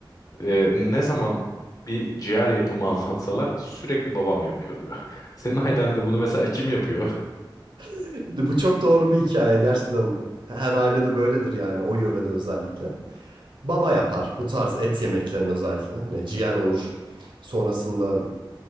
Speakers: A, on the left; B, on the right.
A: e, ne zaman bir ciğer yapımı <laughs> anlatsalar sürekli babam yapıyor diyor. <laughs> Senin ailende bunu mesela kim yapıyor?
B: <laughs> Bu çok doğru bir hikaye gerçekten. Her ailede böyledir yani o yörede özellikle. Baba yapar bu tarz et yemeklerini özellikle. Hani ciğer olur. Sonrasında